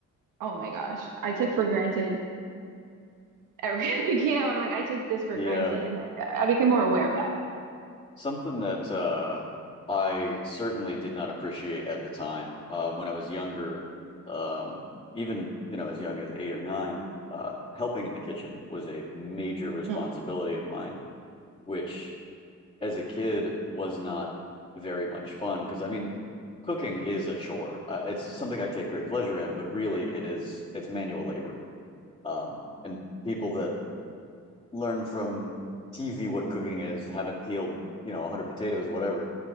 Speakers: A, on the right; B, on the left.
A: oh my gosh, I took for granted everything. <laughs> Like, you know, I'm like, I took this for
B: Yeah.
A: granted, and I I became more aware of that.
B: Something that uh I certainly did not appreciate at the time. Uh when I was younger, um even, you know, as young as 8 or 9, uh helping in the kitchen was a major responsibility
A: Hmm.
B: of mine, which as a kid was not very much fun because I mean, cooking is a chore. Uh, it's something I take great pleasure in, but really it is it's manual labor. Um, and people that learn from TV what cooking is haven't peeled, you know, 100 potatoes, whatever,